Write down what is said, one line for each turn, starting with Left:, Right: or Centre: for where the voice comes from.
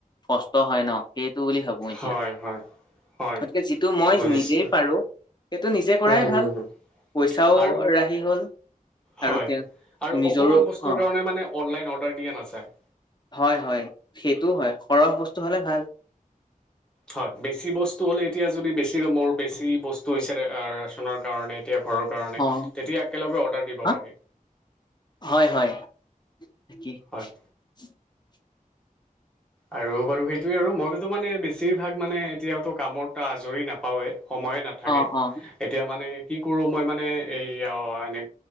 Left: কষ্ট হয়, ন! সেইটো বুলি ভাবো এতিয়া
Centre: হয়, হয়। হয়
Left: গতিকে যিটো মই
Centre: বুজিছোঁ
Left: নিজেই পাৰোঁ। সেইটো নিজে কৰাই
Centre: উম
Left: ভাল,
Centre: হুম হুম
Left: পইচাও
Centre: আৰু
Left: ৰাহি হ'ল।
Centre: হয়
Left: আৰু তেওঁ-নিজৰো
Centre: আৰু অকণমান বস্তুৰ
Left: অ'
Centre: কাৰণে মানে অনলাইন অৰ্ডাৰ দিয়া নাযায়।
Left: হয়, হয়, সেইটোও হয়, সৰহ বস্তু হ'লে ভাল।
Centre: হয়, বেছি বস্তু হ'লে এতিয়া যদি বেছি মোৰ বেছি বস্তু হৈছে ৰা-ৰেচনৰ কাৰণে তিয়া ঘৰৰ কাৰণে
Left: অ
Centre: তেতিয়া একেলগে অৰ্ডাৰ দিব
Left: হা
Centre: পাৰি।
Left: হয় <unintelligible>
Centre: হয় আৰু বাৰু সেইটোয়ে আৰু মইতো মানে বেছিভাগ মানে এতিয়াওটো কামত আজৰি নাপাওঁৱেই সম সময়ে নাথাকে,
Left: অ অ
Centre: এতিয়া মানে কি কৰোঁ মই মান এইয়া এনে